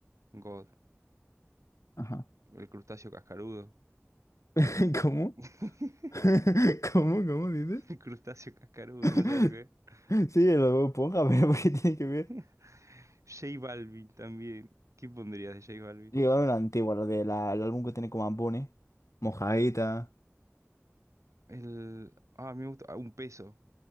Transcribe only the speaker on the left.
Ajá.
<laughs> ¿Cómo?
<laughs> ¿Cómo? ¿Cómo dices?
<laughs>
Sí, lo ponga, <laughs> pero ¿por qué tiene que ver?
Llegaba una antigua, lo del álbum que tiene como Ambone, Mojadita,